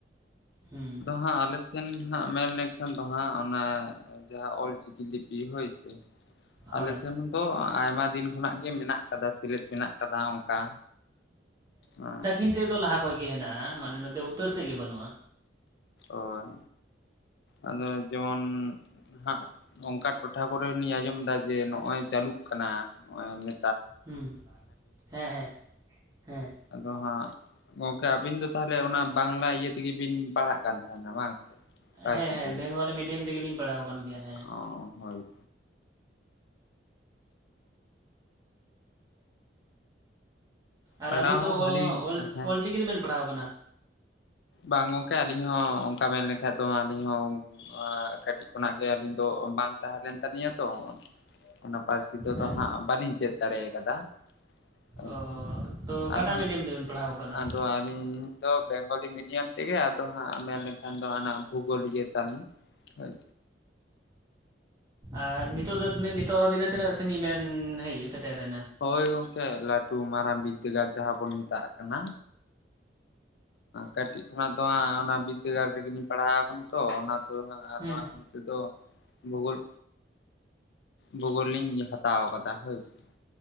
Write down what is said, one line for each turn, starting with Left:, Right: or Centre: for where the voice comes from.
Right: ᱦᱩᱸ
Left: ᱦᱟ ᱟᱞᱮ ᱥᱮ ᱜᱟᱱ ᱦᱟᱜ ᱢᱮᱱ ᱞᱮᱠᱷᱟᱱ ᱫᱚ ᱦᱟᱸᱜ ᱚᱱᱟ ᱡᱟᱦᱟᱸ ᱚᱞᱪᱤᱠᱤ ᱞᱤᱯᱤ ᱦᱳᱭ ᱥᱮ
Right: ᱦᱳᱭ
Left: ᱟᱞᱮ ᱥᱮᱱ ᱫᱚ ᱟᱭᱢᱟ ᱫᱤᱱ ᱠᱷᱚᱱᱟᱜ ᱜᱮ ᱢᱮᱱᱟᱜ ᱠᱟᱫᱟ ᱥᱤᱞᱮᱫ ᱢᱮᱱᱟᱜ ᱠᱟᱫᱟ ᱚᱱᱠᱟ ᱚ
Right: ᱠᱷᱤᱱ ᱥᱮᱫ ᱫᱚ ᱞᱟᱦᱟ ᱠᱷᱚᱱᱟᱜ ᱜᱮ ᱦᱮᱱᱟᱜᱼᱟ ᱢᱟᱱᱮ ᱱᱚᱛᱮ ᱩᱛᱛᱚᱨ ᱥᱮᱫ ᱜᱮ ᱵᱟᱹᱱᱩᱜᱼᱟ
Left: ᱚᱳᱭ ᱟᱫᱚ ᱡᱮᱢᱚᱱ ᱦᱟᱸᱜ ᱚᱱᱠᱟ ᱴᱚᱴᱷᱟ ᱠᱚᱨᱮ ᱞᱤᱧ ᱟᱸᱡᱚᱢ ᱮᱫᱟ ᱡᱮ ᱱᱚᱜᱼᱚᱭ ᱪᱟᱹᱞᱩᱜ ᱠᱟᱱᱟ ᱱᱚᱜᱚᱭ ᱱᱮ
Right: ᱦᱩᱸ ᱦᱮᱸ ᱦᱮᱸ ᱦᱮᱸ
Left: ᱟᱫᱚ ᱦᱟᱸᱜ ᱜᱚᱝᱠᱮ ᱟᱹᱵᱤᱱ ᱫᱚ ᱛᱟᱦᱚᱞᱮ ᱚᱱᱟ ᱵᱟᱝᱞᱟ ᱤᱭᱟᱹ ᱛᱮᱜᱮ ᱵᱤᱱ ᱯᱟᱲᱦᱟᱜ ᱠᱟᱱ ᱛᱟᱦᱮᱱᱟ ᱵᱟᱝ ᱥᱮ ᱯᱟᱹᱨᱥᱤ
Right: ᱦᱮᱸ ᱦᱮᱸ
Left: ᱛᱮᱜᱮ
Right: ᱵᱮᱝᱜᱚᱞᱤ ᱢᱤᱰᱤᱭᱟᱢ ᱛᱮᱜᱮᱞᱤᱧ ᱯᱟᱲᱦᱟᱣ ᱟᱠᱟᱱ ᱜᱮᱭᱟ ᱦᱮᱸ
Left: ᱚ ᱦᱳᱭ
Right: ᱟᱨ
Left: ᱚᱱᱟ
Right: ᱟᱹᱵᱤᱱ
Left: ᱦᱚᱸ
Right: ᱫᱚ
Left: ᱵᱷᱟᱞᱤ
Right: ᱚᱞ
Left: ᱦᱮᱸ
Right: ᱚᱞᱪᱤᱠᱤ ᱛᱮᱵᱮᱱ ᱯᱟᱲᱦᱟᱣ ᱠᱟᱱᱟ?
Left: ᱵᱟᱝ ᱜᱚᱝᱠᱮ ᱟᱹᱞᱤᱧ ᱦᱚᱸ ᱚᱱᱠᱟ ᱢᱮᱱ ᱞᱮᱠᱷᱟ ᱫᱚ ᱟᱹᱞᱤᱧ ᱦᱚᱸ ᱠᱟᱹᱴᱤᱡ ᱠᱷᱚᱱᱟᱜ ᱜᱮ ᱟᱹᱞᱤᱧ ᱫᱚ ᱵᱟᱝ ᱛᱟᱦᱮᱸ ᱞᱮᱱ ᱛᱟᱹᱞᱤᱧᱟ ᱛᱚ ᱚᱱᱟ ᱯᱟᱹᱨᱥᱤ ᱫᱚ
Right: ᱦᱮᱸ
Left: ᱛᱚ ᱦᱟᱸᱜ ᱵᱟᱹᱞᱤᱧ ᱪᱮᱫ ᱫᱟᱲᱮ ᱠᱟᱫᱟ ᱦᱳᱭ
Right: ᱚ
Left: ᱥᱮ
Right: ᱛᱚ ᱚᱠᱟᱴᱟᱜ
Left: ᱟᱫᱚ
Right: ᱢᱤᱰᱤᱭᱟᱢ ᱛᱮᱵᱮᱱ ᱯᱟᱲᱦᱟᱣ ᱟᱠᱟᱫᱟ
Left: ᱟᱫᱚ ᱟᱹᱞᱤᱧ ᱫᱚ ᱵᱮᱝᱜᱚᱞᱤ ᱢᱤᱰᱤᱭᱟᱢ ᱛᱮᱜᱮ ᱟᱫᱚ ᱦᱟᱸᱜ ᱢᱮᱱ ᱞᱮᱠᱷᱟᱱ ᱫᱚ ᱦᱟᱱᱟ ᱵᱷᱩᱜᱳᱞ ᱤᱭᱟᱹ ᱛᱟᱞᱤᱧ ᱦᱳᱭ
Right: ᱟᱨ ᱱᱤᱛᱚᱜ ᱫᱚ ᱱᱤᱛᱚᱜ ᱦᱟᱹᱵᱤᱡ ᱫᱚ ᱛᱤᱱᱟᱹᱜ ᱥᱟᱺᱜᱤᱧ ᱵᱮᱱ ᱦᱮᱡ ᱥᱮᱴᱮᱨ ᱮᱱᱟ?
Left: ᱦᱳᱭ ᱜᱚᱝᱠᱮ ᱞᱟᱹᱴᱩ ᱢᱟᱨᱟᱝ ᱵᱤᱫᱽᱫᱟᱹᱜᱟᱲ ᱡᱟᱦᱟᱸ ᱵᱚᱱ ᱢᱮᱛᱟᱜ ᱠᱟᱱᱟ ᱠᱟᱹᱴᱤᱡ ᱠᱷᱚᱱᱟᱜ ᱫᱚ ᱦᱟᱸᱜ ᱚᱱᱟ ᱵᱤᱫᱽᱫᱟᱹᱜᱟᱲ ᱨᱮᱜᱮᱞᱤᱧ ᱯᱟᱲᱦᱟᱣ ᱟᱠᱟᱱᱟ ᱛᱚ ᱚᱱᱟ ᱫᱚ ᱦᱟᱜ ᱟᱨᱚ
Right: ᱦᱩᱸ
Left: ᱦᱟᱜ ᱱᱤᱛᱚᱜ ᱫᱚ ᱵᱷᱩᱜᱳᱞ ᱵᱷᱩᱜᱳᱞ ᱞᱤᱧ ᱦᱟᱛᱟᱣ ᱠᱟᱫᱟ ᱦᱳᱭ ᱥᱮ